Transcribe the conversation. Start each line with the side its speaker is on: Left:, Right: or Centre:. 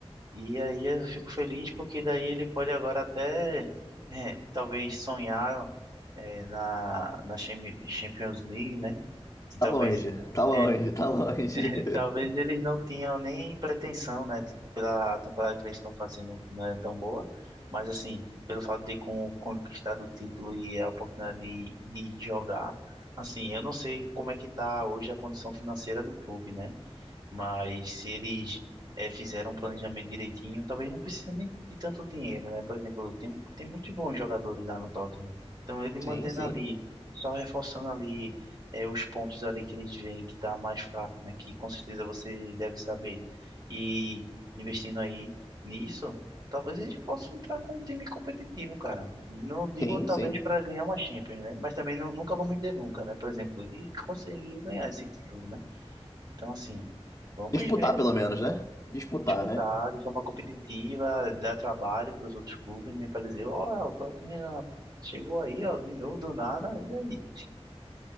Right: E aí eu fico feliz porque daí ele pode agora até é, talvez sonhar é, na, na Cham- Champions League, né? Que talvez
Left: Tá longe, tá longe,
Right: é,
Left: tá longe.
Right: <laughs>
Left: <laughs>
Right: Talvez eles não tinham nem pretensão, né? Tipo, pela temporada que eles estão fazendo, que não é tão boa. Mas, assim, pelo fato de con- conquistar o título e a oportunidade de, de jogar, assim, eu não sei como é que tá hoje a condição financeira do clube, né? Mas se eles eh, fizeram um planejamento direitinho, talvez não precise nem de tanto dinheiro, né? Por exemplo, tem, tem muitos bons jogadores lá no Tottenham. Então ele mantendo
Left: Sim, sim.
Right: ali, só reforçando ali eh, os pontos ali que eles veem que tá mais fraco, né? Que com certeza você deve saber. E investindo aí nisso, talvez eles possam entrar com um time competitivo, cara. Não digo
Left: Sim,
Right: talvez
Left: sim.
Right: para ganhar uma Champions, né? Mas também não, nunca vamos dizer nunca, né? Por exemplo, ele conseguiu ganhar esse título, né? Então, assim, vamos
Left: Disputar
Right: ver aí,
Left: pelo
Right: né?
Left: menos, né? Disputar,
Right: disputar
Left: né?
Right: de forma competitiva, dar trabalho para os outros clubes, né? Para dizer, ó, o Tottenham chegou aí, ó, de novo, do nada, e aí?